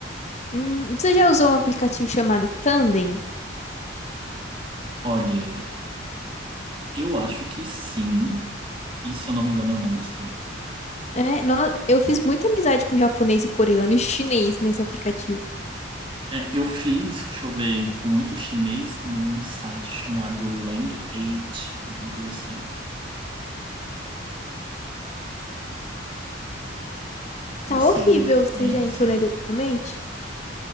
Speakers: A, on the left (about 35°); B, on the right (about 25°).
A: Hum, você já usou um aplicativo chamado Tandem?
B: Olha, eu acho que sim. E se eu não me engano, eu não gostei.
A: É, nó- eu fiz muita amizade com japonês e coreano e chinês nesse aplicativo.
B: É, eu fiz, deixa eu ver, com muito chinês num site chamado Lang8, alguma coisa assim. Você
A: Tá horrível. Você
B: conhece?
A: já entrou nele ultimamente?